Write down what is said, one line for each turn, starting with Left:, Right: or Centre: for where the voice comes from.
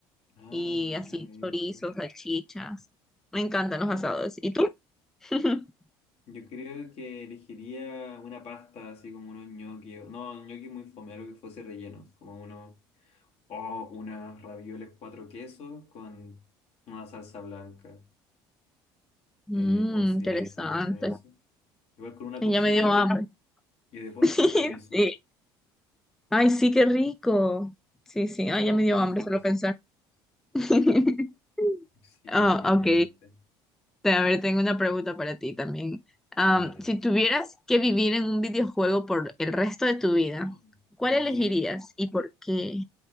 Left: Ah,
Centre: y así,
Left: maravilloso.
Centre: chorizos, salchichas. Me encantan
Left: Claro.
Centre: los asados. ¿Y tú? <laughs>
Left: Yo creo que elegiría una pasta así como unos ñoquis. o- No, ñoquis muy fome, algo que fuese relleno. Como uno. O unas ravioles cuatro quesos con una salsa blanca.
Centre: Mm,
Left: Eh, o sería
Centre: interesante.
Left: tan feliz con eso. Igual con una
Centre: Ay,
Left: coquita
Centre: ya me dio hambre. <laughs>
Left: y de postre
Centre: Sí.
Left: un tiramisú.
Centre: sí. Ay, sí, qué rico. Sí, sí,
Left: Con
Centre: ay,
Left: eso
Centre: ya
Left: puedo
Centre: me dio
Left: morir
Centre: hambre
Left: feliz.
Centre: solo pensar. <laughs>
Left: Sí,
Centre: Ah,
Left: definitivamente.
Centre: ok. Te- A ver, tengo una pregunta para ti también. Am,
Left: Vale.
Centre: si tuvieras
Left: <gasps>
Centre: que vivir en un videojuego por el resto de tu vida,
Left: Oh,
Centre: ¿cuál
Left: ok.
Centre: elegirías y por qué?